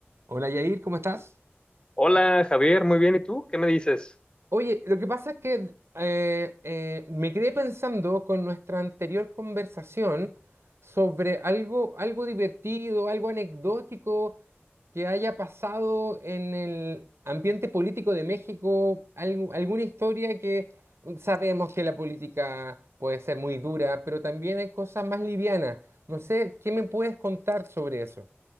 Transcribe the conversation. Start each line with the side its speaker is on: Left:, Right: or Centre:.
Right: Hola Yair, ¿cómo estás?
Left: Hola Javier, muy bien. ¿Y tú? ¿Qué me dices?
Right: Oye, lo que pasa es que eh, eh, me quedé pensando con nuestra anterior conversación sobre algo, algo divertido, algo anecdótico que haya pasado en el ambiente político de México, algo- alguna historia que sabemos que la política puede ser muy dura, pero también hay cosas más livianas. No sé, ¿qué me puedes contar sobre eso?